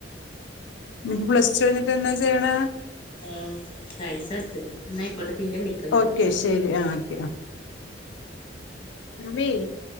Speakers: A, on the left; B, on the left.
A: നിപ്പോ പ്ലസ് ടു കഴിഞ്ഞട്ട്ന് എന്താ ചെയ്യ്ണ്?
B: ആഹ് സയൻസാട്ത്ത്ക്ക്ണ് ഇന്നായിക്കോട്ടെ പിന്നെ വിളിക്കണ്ട്
A: ഓക്കെ ശരി ആ ഓക്കെ ആ ഇമ്മേയ്